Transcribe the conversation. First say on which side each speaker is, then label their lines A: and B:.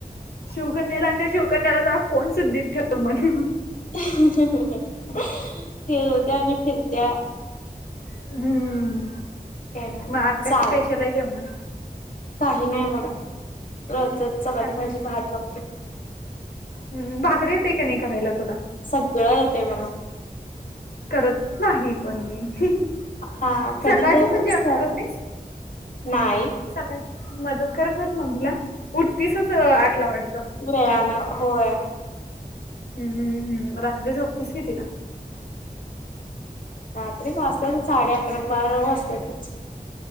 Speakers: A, on the left; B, on the left.
A: शिवकन्याला आणि त्या शिवकन्याला जा फोन सुुद्धी ठेव मन अहं.
B: अहं अहं ठेवत्या आणि फिरत्या.
A: हम्म.
B: काय नाही बघा
A: मग आज काय
B: चाल
A: स्पेशल आहे जेवणात?
B: काही नाही बघा. रोजच चपाती,
A: काही
B: भाजी, भात आमटी.
A: हम्म. भाकरी येतय का नाही करायला तुला?
B: सगळं येतय मला.
A: करत नाही पण मी अहं.
B: हा कधी
A: सकाळचं
B: तरच
A: पण जेवण करत नाहीस?
B: नाही
A: सकाळ मदत करत नाहीच मम्मीला उठतीसच आटला वाढत?
B: वेळान होय.
A: हम्म हम्म. रात्री झोपतीस किती ला?
B: रात्री वाजता साडे अकरा, बारा वाजतातच.